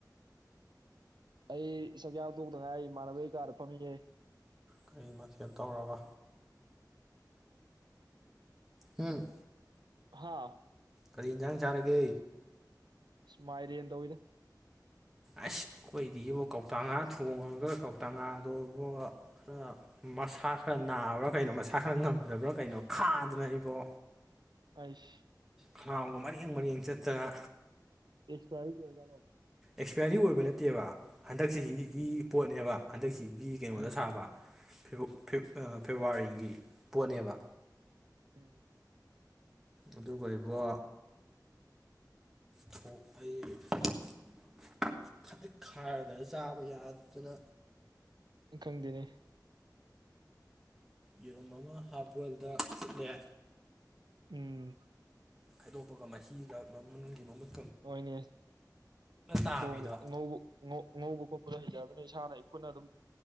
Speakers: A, on the right; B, in the centre.
A: ꯑꯩ ꯆꯛꯆꯇꯣꯛꯄꯗ ꯉꯥꯏ ꯏꯃꯥꯟꯅꯕꯒꯤ ꯀꯥꯗ ꯐꯝꯃꯤꯌꯦ
B: ꯀꯔꯤ ꯃꯊꯦꯜ ꯇꯧꯔꯕ ꯎꯝ
A: ꯍꯥꯥ
B: ꯀꯔꯤ ꯏꯟꯖꯥꯡ ꯆꯥꯔꯒꯦ
A: ꯑꯁꯃꯥꯏꯔꯦꯟ ꯇꯧꯏꯗ
B: ꯑꯁ ꯑꯩꯈꯣꯏꯗꯤꯕꯨ ꯀꯧꯇꯥ ꯉꯥ ꯊꯣꯡꯉꯒ ꯀꯧꯇꯥ ꯉꯥꯗꯣꯕꯨ ꯈꯔ ꯃꯁꯥ ꯈꯔ ꯅꯥꯕ꯭ꯔ ꯀꯩꯅꯣ ꯃꯁꯥ ꯈꯔ ꯉꯝꯗꯕ꯭ꯔ ꯀꯩꯅꯣ ꯈꯥꯗꯅ ꯑꯩꯕꯣ
A: ꯑꯩꯁ
B: ꯈꯅꯥꯎꯒ ꯃꯔꯦꯡ ꯃꯔꯦꯡ ꯆꯠꯇꯅ
A: ꯑꯦꯛꯁ ꯄꯥꯏꯔꯤꯗꯤ ꯑꯣꯏꯖꯥꯜꯂꫭ
B: ꯑꯦꯛꯁꯄ꯭ꯌꯥꯔꯤ ꯑꯣꯏꯕ ꯅꯠꯇꯦꯕ ꯍꯟꯗꯛꯆꯁꯤꯒꯤ ꯄꯣꯠꯅꯦꯕ ꯍꯟꯗꯛꯆꯍꯤꯒꯤ ꯀꯩꯅꯣꯗ
A: ꯎꯝ
B: ꯁꯥꯕ <unintelligible> ꯐꯦꯕꯨꯋꯥꯔꯤꯒꯤ ꯄꯣꯠꯅꯦꯕ
A: ꯎꯝ
B: ꯑꯗꯨꯒ ꯏꯕꯣ ꯊꯣꯛ <unintelligible> ꯈꯖꯤꯛ ꯈꯔꯗꯅ ꯆꯥꯕ ꯌꯥꯗꯗꯅ
A: ꯈꯪꯗꯦꯅꯦ
B: ꯌꯦꯔꯨꯝ ꯑꯃ ꯍꯥꯞ ꯕꯣꯏꯜꯗ ꯐꯨꯠꯂꯦ
A: ꯎꯝ
B: ꯈꯥꯏꯗꯣꯛꯄꯒ ꯃꯍꯤꯒ ꯃꯅꯨꯡꯒꯤ ꯃꯃꯨꯠ
A: ꯍꫭꯏꯅꯦ
B: ꯇꯥꯕꯤꯗꯣ
A: ꯊꯣꯡꯕ ꯉꯧꯕ ꯉꯧꯕ ꯈꯣꯠꯄꯗꫭ ꯍꯩꯖꯔꯒꯅ ꯏꯁꯥꯅ ꯑꯩꯈꯨꯅ ꯑꯗꯨꯝ